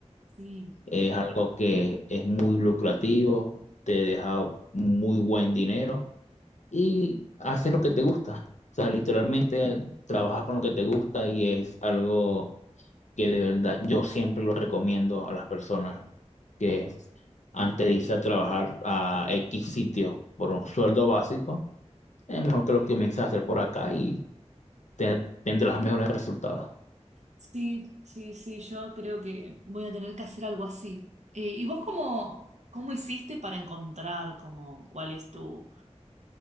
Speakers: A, on the right (about 75°); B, on the left (about 85°).
A: Sí,
B: Es algo que es muy lucrativo, te deja muy buen dinero y haces lo que te gusta. O sea, literalmente trabajas con lo que te gusta y es algo que de verdad yo siempre lo recomiendo a las personas que es, antes de irse a trabajar a X sitio por un sueldo básico, es mejor que lo que comiences a hacer por acá y te- tendrás mejores resultados. <laughs>
A: sí, sí, sí, yo creo que voy a tener que hacer algo así. Eh, ¿y vos cómo, cómo hiciste para encontrar como cuál es tu,